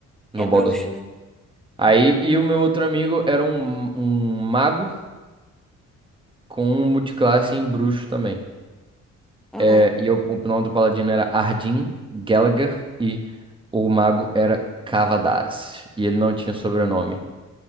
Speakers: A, on the right; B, in the centre.
A: no
B: É bruxo,
A: Baldur's Gate.
B: né?
A: Aí, e o meu outro amigo era um, um mago com multiclasse em bruxo também.
B: Aham.
A: É, e eu- o nome do paladino era Ardyn Gallagher e o mago era Cavadaz. E ele não tinha sobrenome.